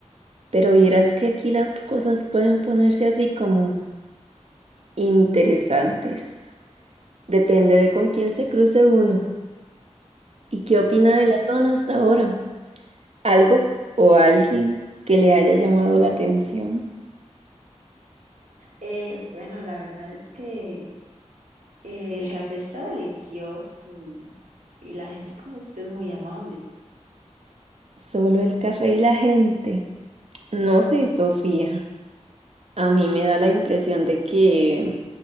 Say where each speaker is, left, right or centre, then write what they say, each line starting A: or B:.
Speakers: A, on the right; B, on the right.
A: Pero vieras que aquí las cosas pueden ponerse así como interesantes. Depende de con quién se cruce uno y qué opina
B: Mm.
A: de la zona hasta ahora. Algo o alguien que le haya llamado la atención.
B: Eh, bueno, la verdad es que eh, el café está delicioso y, y la gente como usted es muy amable.
A: Solo el café y la gente. No sé, Sofía. A mí me da la impresión de que